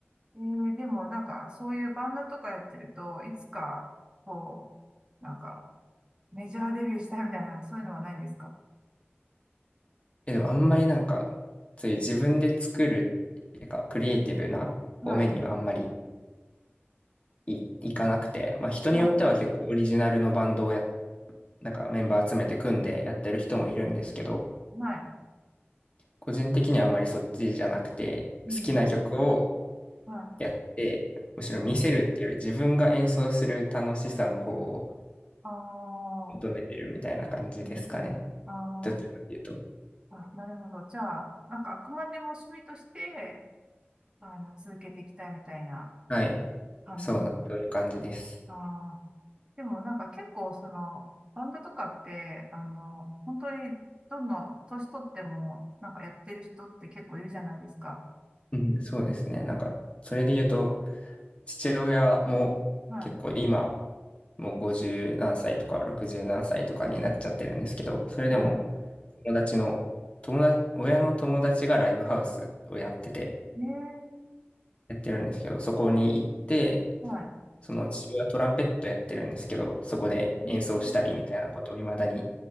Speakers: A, on the right; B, on the left.
A: えー、でもなんか、そういうバンドとかやってると、いつか、こう、なんか、メジャーデビューしたいみたいな、そういうのはないんですか
B: え、でもあんまりなんか、そういう自分で作るっていうか、クリエイティブな方面にはあんまり
A: はい。
B: い、いかなくて、まあ、人によっては結構オリジナルのバンドをやっ
A: は
B: なんかメンバー集めて組んでやってる人もいるんですけど、
A: い。はい。
B: 個人的にはあまりそっちじゃなくて、
A: うん。
B: 好きな曲を
A: は
B: やって、むしろ見せるっていうより自分が演奏する楽しさの方を
A: い。ああ、
B: 求めてるみたいな感じですかね。
A: うん。あー
B: どっちかっていうと。
A: あ、なるほど。じゃあ、なんか、あくまでも趣味として、あの、続けていきたいみたいな
B: はい。
A: 感じ
B: そうな、そういう感じです。
A: ああ、でもなんか結構その、バンドとかって、あの、本当にどんどん年取っても、なんかやってる人って結構いるじゃないですか。
B: うん、そうですね。なんか、それで言うと、父親も結構今、
A: はい。
B: もう50何歳とか60何歳とかになっちゃってるんですけど、それでも、
A: は
B: 友達の、友達、親の友達がライブハウスをやってて、
A: い。ね
B: やってるんですけど、そこに行って、
A: え、はい。
B: その父親はトランペットやってるんですけど、そこで演奏したりみたいなことを未だに
A: ねえ、